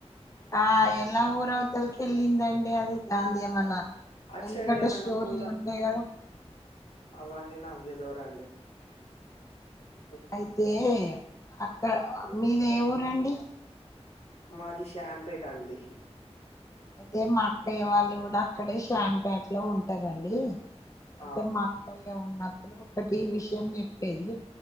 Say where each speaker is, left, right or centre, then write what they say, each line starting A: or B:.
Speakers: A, on the left; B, on the left.
A: ఆ ఎలా ఊరవతలకేలిందండి అది దంధి ఏమన్నా
B: అట్
A: వెనకట
B: సైడ్ ఏమన్నా
A: స్టోరీలు
B: పోల
A: ఉంటాయి కదా
B: అవన్నీ నాక్ దేలవదండి ఏ
A: అయితే అక్కడ మీది ఏ ఊరండి
B: మాది సంపేట అండి
A: అయితే మా అక్కయ్య వాళ్లు గూడ అక్కడే శ్యాంపేటలో ఉంటారండి అయితే
B: ఆ
A: మా అక్కయ్య ఉన్నప్పుడు ఒకటి విషయం జేప్పేది